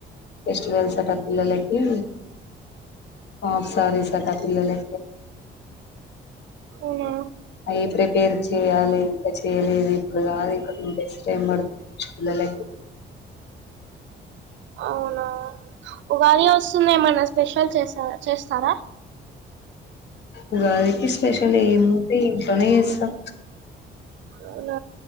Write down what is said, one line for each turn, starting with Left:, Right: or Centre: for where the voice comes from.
Left: ఫెస్టివల్స్ అంటా పిల్లలకు ఆఫ్ సారి అట పిల్లలు
Right: అవునా
Left: అయి ప్రీపేర్ చేయాలి ఇంకా చెయలేదు ఇప్పుడు కాదు ఇంకా డ్రెస్ టైమ్ పడుతుంది పిల్లకి
Right: అవునా ఉగాది వస్తుంది ఏమన్నా స్పెషల్ చేస చేస్తారా
Left: ఉగాది కి స్పెషల్ ఏముే ఇంట్లోనే చేస్తాం
Right: అవున